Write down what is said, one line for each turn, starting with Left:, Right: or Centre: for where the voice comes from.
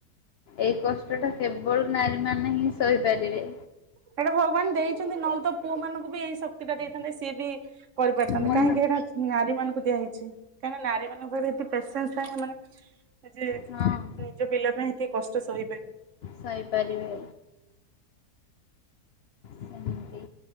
Left: ଏଇ କଷ୍ଟ ଟା କେବଳ ନାରୀ ମାନ ହିଁ ସହିପାରିବେ।
Right: ସେଇଟା ଭଗବାନ ଦେଇ ନଉ ତ ପୁଅ ମାନଙ୍କୁ ଏଇ ସବୁ ଟା ଦେଇଥାନ୍ତେ ସିଏ ବି କରିପାରିଥାନ୍ତେ
Left: ହୁଁ
Right: କାହିଁକି ଏଇଟା ନାରୀ ମାନଙ୍କୁ ଦିଆ ହେଇଛି। କାହିଁକି ନା ନାରୀ ମାନଙ୍କ ପାଖରେ ଏତେ ପେସେସ ଥାଏ ମାନେ ଯେ
Left: ହଁ
Right: ନିଜ ପିଲା ପାଇଁ ଏତେ କଷ୍ଟ ସହି ଵେନି। <inaudible>
Left: ସହିପାରିବେ ସେମିତି।